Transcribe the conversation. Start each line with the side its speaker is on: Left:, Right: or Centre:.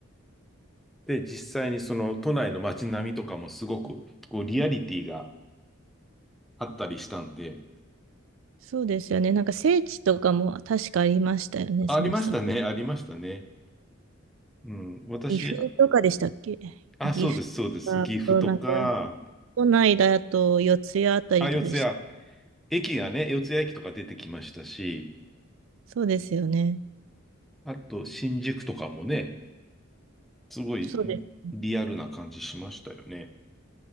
Centre: で、実際にその都内の街並みとかもすごくこうリアリティがあったりしたんで、
Right: そうですよね。なんか聖地とかも確かありましたよね、
Centre: あありましたね、
Right: そのさ。
Centre: ありましたね。うん、私、
Right: 岐阜とかでしたっけ
Centre: あ、あそうです、
Right: 岐阜とか、
Centre: そうです。岐阜とか、
Right: なんか都内だと四谷あたりとかでした。
Centre: あ、四谷、駅がね、四谷駅とか出てきましたし、
Right: そうですよね。
Centre: あと新宿とかもね、すごい
Right: そうです。
Centre: リアルな感じしましたよね。